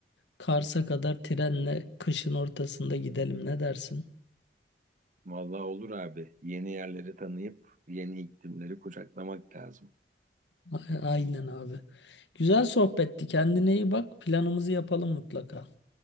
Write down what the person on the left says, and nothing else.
Kars'a kadar trenle kışın ortasında gidelim. Ne dersin?
A- Aynen abi. Güzel sohbetti. Kendine iyi bak. Planımızı yapalım mutlaka.